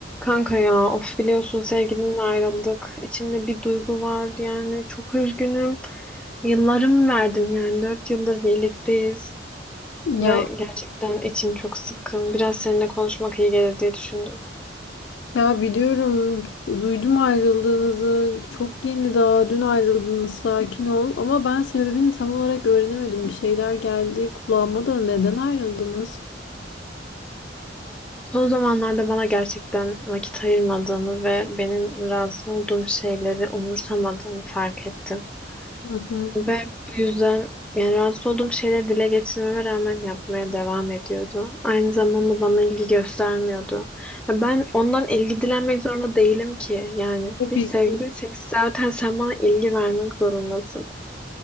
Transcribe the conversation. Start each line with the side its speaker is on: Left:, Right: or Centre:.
Centre: Kanka ya of biliyorsun sevgilimle ayrıldık. İçimde bir duygu var yani çok üzgünüm. Yıllarımı verdim yani dört yıldır birlikteyiz
Left: Ya
Centre: ve gerçekten içim çok sıkkın. Biraz seninle konuşmak iyi gelir diye düşündüm.
Left: ya biliyorum duydum ayrıldığınızı çok yeni daha dün ayrıldınız sakin ol ama ben sebebini tam olarak öğrenemedim bir şeyler geldi kulağıma da neden ayrıldınız?
Centre: Son zamanlarda bana gerçekten vakit ayırmadığını ve benim razı olduğum şeyleri umursamadığını fark ettim.
Left: Hı hı.
Centre: Ve bu yüzden yani rahatsız olduğum şeyleri dile getirmeme rağmen yapmaya devam ediyordu. Aynı zamanda bana ilgi göstermiyordu. Ya ben ondan ilgi dilenmek zorunda değilim ki. Yani
Left: Tabii
Centre: biz sevgiliysek
Left: ki
Centre: zaten sen bana ilgi vermek zorundasın.